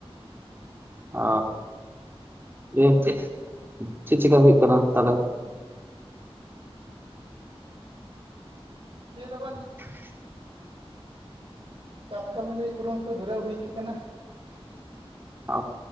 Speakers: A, on the right (about 20°); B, on the right (about 50°).
A: ᱚ ᱡᱮ ᱪᱮᱫ ᱪᱮᱫ ᱪᱮᱠᱟ ᱦᱩᱭᱩᱜ ᱠᱟᱱᱟ ᱛᱟᱦᱞᱮ
B: ᱪᱮᱫ ᱦᱚᱸ ᱵᱟ
A: <unintelligible>
B: ᱪᱟᱥ ᱠᱟᱹᱢᱤ ᱞᱟᱹᱜᱤᱫ ᱠᱩᱨᱩᱢᱩᱴᱩ ᱫᱷᱩᱨᱟᱹᱣ ᱦᱩᱭ ᱟᱠᱟᱱᱟ
A: ᱚ